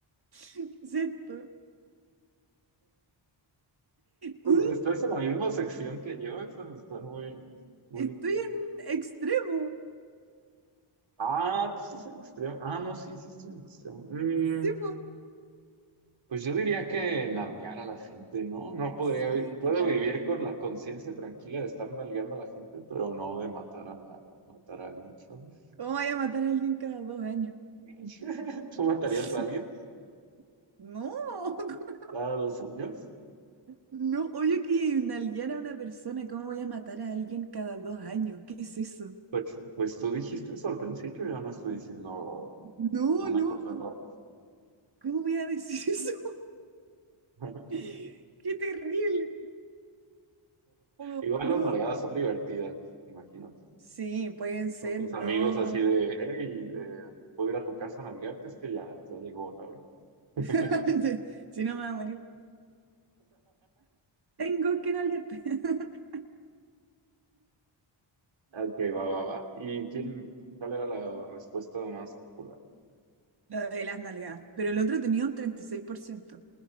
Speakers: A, on the right; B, on the right.
A: ¿Qué es esto? Un,
B: Estás en la misma sección que yo, esas están muy, muy...
A: estoy en extremo.
B: Ah, tú estás en extremo. Ah, no, sí, sí estoy en extremo. Mm,
A: Sí, pues.
B: pues yo diría que nalguear a la gente, ¿no? No podría,
A: Sí,
B: vi- puedo
A: ¿qué tanto?
B: vivir con la conciencia tranquila de estar nalgueando a la gente, pero no de matar a, matar a alguien, ¿sabes?
A: ¿Cómo vaya a matar a alguien cada dos años?
B: <laughs> ¿Tú matarías
A: <laughs>
B: a alguien
A: No, <laughs>
B: cada dos años?
A: no, obvio que nalguear a una persona, ¿cómo voy a matar a alguien cada dos años? ¿Qué es eso?
B: Pues, pues tú dijiste eso al principio, yo no estoy diciendo
A: No,
B: una
A: no,
B: cosa rara.
A: ¿cómo voy a decir eso?
B: <laughs>
A: <laughs> ¡Qué terrible! Oh,
B: Igual
A: boludo.
B: las nalgadas son divertidas, imagínate.
A: Sí, pueden ser,
B: Con tus
A: no.
B: amigos así de, hey, eh, puedo ir a tu casa a nalgarte, es que ya, ya llegó la hora. <laughs>
A: <laughs> Si no me voy a morir, tengo que nalguearte. <laughs>
B: Ok, va, va, va. ¿Y quién, cuál era la respuesta más popular?
A: La de las nalgadas. Pero el otro tenía un treinta y seis por ciento